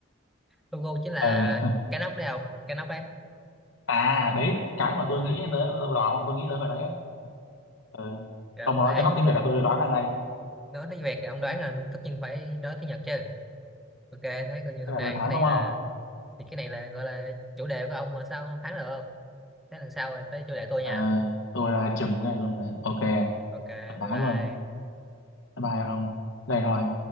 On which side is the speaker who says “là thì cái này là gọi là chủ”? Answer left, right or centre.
Centre